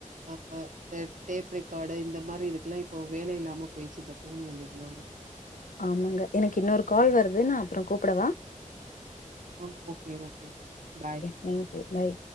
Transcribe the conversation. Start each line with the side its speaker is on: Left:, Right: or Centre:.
Right: <unintelligible> அ டேப் ரக்கார்டு இந்த மாரி இதுக்கெல்லா இப்போ வேல இல்லாம போயிச்சி இந்த போன் வந்ததுனால
Left: ஆமாங்க எனக்கு இன்னொரு கால் வருது நா அப்ரோ கூப்புடவா
Right: ஆ ஓகே ஓகே பாய்
Left: தேங்க்யூ பாய்